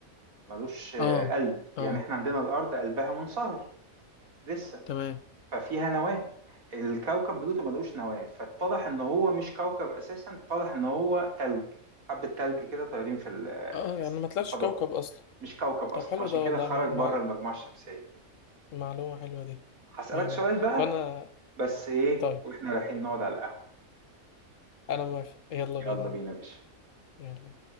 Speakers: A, on the right; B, on the left.
A: ملوش آه،
B: اه
A: قلب يعني
B: اه
A: إحنا عندنا الأرض قلبها منصهر لسه
B: تمام
A: ففيها نواة الكوكب بلوتو ملوش نواة فاتضح ان هو مش كوكب اساسا اتضح ان هو تلج حبة تلج كده طايرين في ال-
B: اه
A: في
B: يعني
A: الس-
B: ما طلعش
A: في الفضاء
B: كوكب اصلا
A: مش كوكب اصلا
B: طب حلو
A: فعشان
B: ده
A: كده
B: والله
A: خرج
B: مع...
A: بره
B: مع...
A: المجموعة الشمسية
B: معلومه حلوه دي
A: هسألك
B: مية
A: سؤال
B: مية
A: بقى
B: طب انا
A: بس ايه
B: طيب
A: واحنا رايحين نقعد على القهوة
B: انا موافق يلا
A: يلا
B: بينا
A: بينا يا باشا
B: يلا